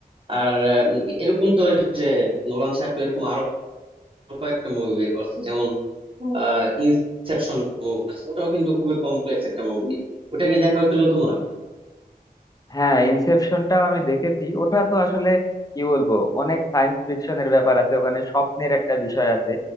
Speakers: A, on the right; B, on the left.
A: আর আম, এরকম তো যে নোলান সাহেব তো এরকম আরো কয়েকটা মুভি বের করছে যেমন হুম। আহ Inception movie ওটাও কিন্তু খুবই কমপ্লেক্স একটা মুভি ওটা কি দেখা হয়েছিল তোমার
B: হ্যাঁ ইনসেপশনটাও আমি দেখেছি ওটা তো আসলে কি বলবো অনেক সায়েন্স ফিকশনের ব্যাপার আছে ওখানে স্বপ্নের একটা বিষয় আছে